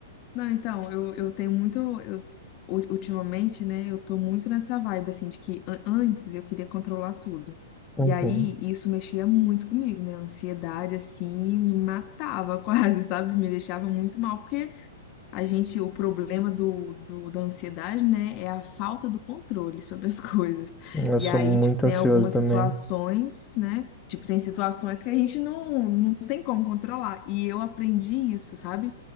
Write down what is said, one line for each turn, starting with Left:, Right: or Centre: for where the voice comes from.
Left: Não, então, eu, eu tenho muito. Eu, u- ultimamente, né, eu tô muito nessa vibe, assim, de que an- antes eu queria controlar tudo.
Centre: Uhum.
Left: E aí, isso mexia muito comigo, né? A ansiedade, assim, me matava <laughs> quase, sabe? Me deixava muito mal, porque a gente, o problema do, do- da ansiedade, né, é a falta do controle sobre as <laughs> coisas.
Centre: Eu
Left: E
Centre: sou
Left: aí,
Centre: muito
Left: tipo, tem
Centre: ansioso
Left: algumas
Centre: também.
Left: situações, né? Tipo, tem situações que a gente não, não tem como controlar. E eu aprendi isso, sabe?